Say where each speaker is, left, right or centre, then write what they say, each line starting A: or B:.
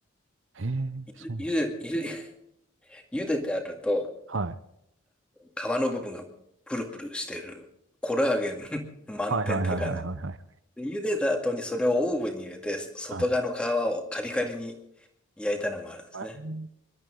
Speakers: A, on the right (about 75°); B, in the centre.
A: へえ、
B: ゆ、
A: そうなんだ。
B: ゆで、ゆゆでてあると、
A: はい。
B: 皮の部分がプルプルしてる、コラーゲン <laughs> 満点って感じ。
A: はいはいはいはいはいはい。
B: で茹でた後にそれをオーブンに入れて、外側の皮をカリカリに
A: はい。
B: 焼いたのもあるんですね。
A: はい。な